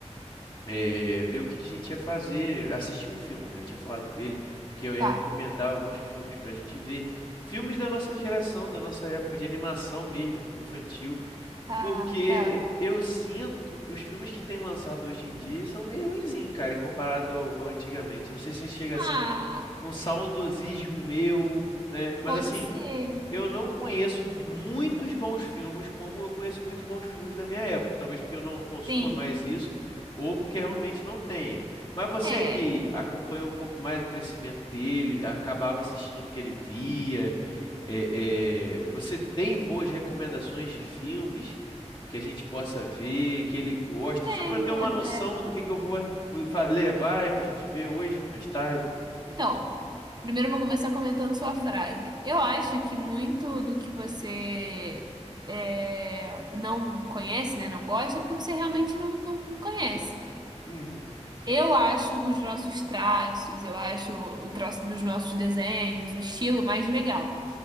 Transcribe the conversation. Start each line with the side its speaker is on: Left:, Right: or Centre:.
Left: eh, ver o que que a gente ia fazer, assistir um filme, né? Eu tinha falado com ele que eu ia
Right: Tá,
Left: recomendar alguns filmes pra gente ver. Filmes da nossa geração, da nossa época de animação mesmo, filme infantil.
Right: tá,
Left: Porque
Right: tá.
Left: eu sinto que os filmes que têm lançado hoje em dia são meio ruinzinhos, cara, em comparado ao, ao antigamente. Não sei se chega
Right: Ah,
Left: a ser um, um saudosismo meu, né? Mas
Right: pode
Left: assim,
Right: ser.
Left: eu não conheço muitos bons filmes como eu conheço muito bons filmes da minha época. Talvez porque eu não consuma
Right: Sim.
Left: mais isso, ou porque realmente não tenha. Mas você
Right: É,
Left: que acompanha um pouco mais o crescimento dele, acabava assistindo o que ele via é, é, você tem boas recomendações de filmes que a gente possa ver, que ele gosta,
Right: tenho
Left: só para eu ter uma
Right: até.
Left: noção do que, que eu vou fa- levar para a gente ver hoje, mais tarde.
Right: Então, primeiro eu vou começar comentando sua frase. Eu acho que muito do que você é, não conhece, né, não gosta, é porque você realmente não, não conhece.
Left: Uhum.
Right: Eu acho os nossos traços, eu acho o traço dos nossos desenhos, o estilo mais legal.